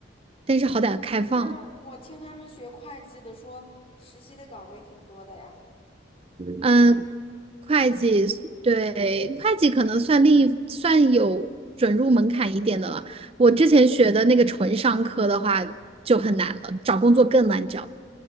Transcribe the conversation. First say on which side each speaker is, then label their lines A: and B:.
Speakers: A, on the right; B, on the left.
A: 但是好歹开放。
B: 但是我听他们学会计的说，实习的岗位挺多的呀。
A: 嗯，会计对会计可能算另一算有准入门槛一点的了。我之前学的那个纯商科的话就很难了，找工作更难找。